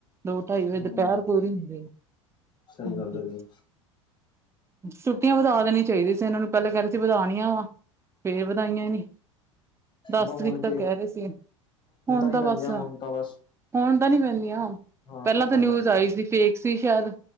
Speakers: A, on the right; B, on the left.
A: ਦੋ -ਢਾਈ ਵਜੇ
B: ਹਮ
A: ਦੁਪਹਿਰ ਪੂਰੀ ਹੁੰਦੀ ਆ,
B: ਸਹੀ
A: ਹਾਂਜੀ।
B: ਗੱਲ ਹੈਗੀ
A: ਛੁੱਟੀਆ ਵਧਾ ਦੇਣੀ ਚਾਹੀਦੀ ਸੀ ਇਹਨਾਂ ਨੂੰ, ਪਹਿਲਾਂ ਕਹਿੰਦੇ ਸੀ ਵਧਾਉਣੀਆਂ ਵਾ ਫੇਰ ਵਧਾਈਆਂ ਨੀ। ਦਸ
B: ਬ
A: ਤਰੀਕ
B: ਹੁਣ
A: ਤੱਕ
B: ਕੇ
A: ਕਹਿ ਰਹੇ ਸੀ, ਹੁਣ
B: ਨੀ
A: ਤਾਂ ਬਸ
B: ਪੈਂਦੀਆਂ ਹੁਣ ਤਾਂ ਬਸ
A: ਹੁਣ ਤਾਂ ਨਹੀਂ ਪੈਂਦੀਆਂ।
B: ਹਾਂ
A: ਪਹਿਲਾਂ
B: ਧੱਕਾ
A: ਤਾਂ ਨਿਊਜ਼
B: ਹੀ ਲੱਗੇਗਾ
A: ਆਈ
B: ਹੁਣ
A: ਸੀ, ਫੇਕ ਸੀ ਸ਼ਾਇਦ।